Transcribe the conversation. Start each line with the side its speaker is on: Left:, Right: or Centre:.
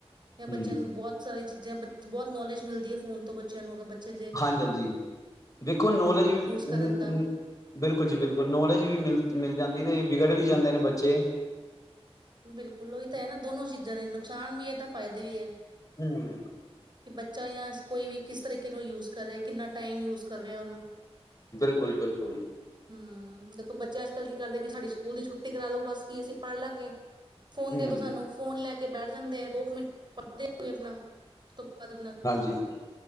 Left: ਹੂੰ
Right: ਜਾਂ ਬੱਚਿਆਂ ਨੂੰ ਬਹੁਤ ਸਾਰੀ ਚੀਜ਼ਾਂ ਬਹੁਤ ਨੌਲੇਜ ਮਿਲਦੀ ਹੈ ਫੋਨ ਤੋਂ ਬੱਚਿਆਂ ਨੂੰ ਅਗਰ ਬਚੇ
Left: ਹਾਂਜੀ ਹਾਂਜੀ ਦੇਖੋ ਨੌਲੇਜ ਵੀ
Right: ਕਰਨ
Left: ਨ-ਨ-ਬਿਲਕੁਲ
Right: ਤਾਂ
Left: ਜੀ ਬਿਲਕੁਲ ਨੌਲੇਜ ਵੀ ਮਿਲ ਮਿਲ ਜਾਂਦੀ ਤੇ ਵਿਗੜ ਵੀ ਜਾਂਦੇ ਨੇ ਬੱਚੇ।
Right: ਬਿਲਕੁਲ ਉਹੀ ਤਾਂ ਹੈ ਨਾ ਦੋਨੋ ਚੀਜ਼ਾਂ ਦੇ ਨੁਕਸਾਨ ਵੀ ਹੈ ਤਾਂ ਫ਼ਾਇਦੇ ਵੀ ਹੈ।
Left: ਹੂੰ
Right: ਬੱਚਾ ਜਾਂ ਕੋਈ ਵੀ ਕਿਸ ਤਰੀਕੇ ਨੂੰ ਯੂਜ ਕਰ ਰਿਹਾ। ਕਿੰਨਾ ਟਾਈਮ ਯੂਜ ਕਰ ਰਿਹਾ ਉਹਨੂੰ
Left: ਬਿਲਕੁਲ ਬਿਲਕੁਲ
Right: ਹੂੰ ਹਮ। ਦੇਖੋ ਬੱਚੇ ਅੱਜ ਕੱਲ ਕੀ ਕਰਦੇ ਕਿ ਸਾਡੀ ਸਕੂਲ ਦੀ ਛੁੱਟੀ ਕਰਾ ਦੋ। ਬਸ ਕੀ ਅਸੀਂ ਪੜ ਲਾਂਗੇ। ਫੋਨ
Left: ਹੂੰ
Right: ਦੇ ਦੋ ਸਾਨੂੰ, ਫੋਨ ਲੈ ਕੇ ਕੇ ਬੈਠ ਜਾਂਦੇ ਆ। ਦੋ ਕੁ ਮਿੰਟ ਪੜਦੇ ਆ ਆਪਣਾ ਬਾਅਦ ਆਪਣਾ
Left: ਹਾਂਜੀ।